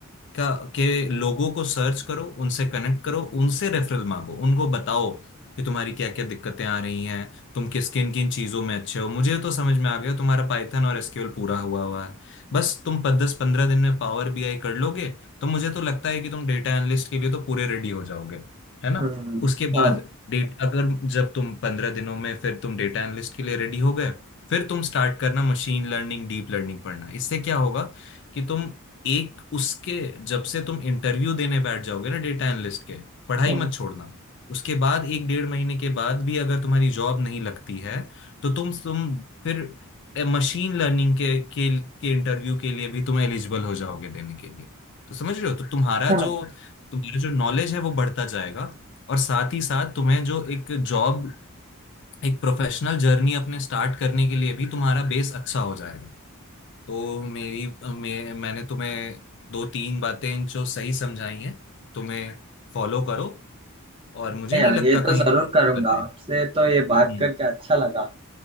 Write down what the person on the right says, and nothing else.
हम्म
हाँ
हाँ
हाँ
है
यार
ये तो
जरूर
करूंगा
आपसे तो ये बात
करके अच्छा लगा